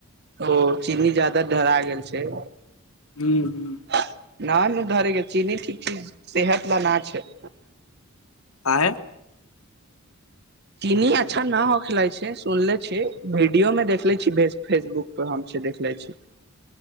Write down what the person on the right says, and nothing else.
ओ चीनी जादा ढरा गेल छै।
<unintelligible>
चीनी अच्छा न हो खेल छै, सुनले छै वीडियो मे देखले छी फेसबुक हम छै, देख ले छी।